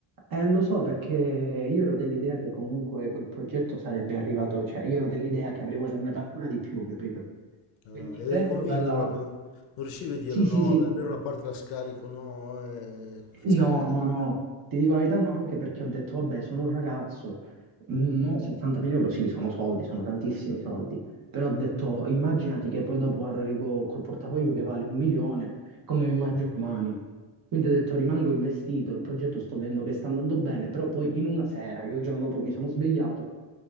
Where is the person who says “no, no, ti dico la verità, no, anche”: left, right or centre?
Right